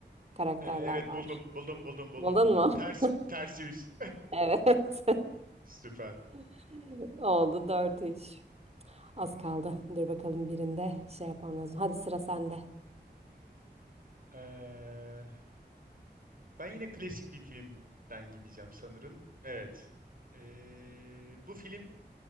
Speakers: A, on the right; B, on the right.
A: karakterler
B: Ee, evet
A: var.
B: buldum buldum buldum buldum
A: Buldun
B: buldum.
A: mu?
B: Ters
A: <laughs>
B: ters yüz.
A: Evet.
B: <laughs> Süper.
A: <laughs> Oldu dört üç.
B: Hmm.
A: Az kaldı. Dur bakalım birinde şey yapmam lazım. Hadi sıra sende.
B: Ee, Ben yine klasik bir filmden gideceğim sanırım. Evet. Ee, bu film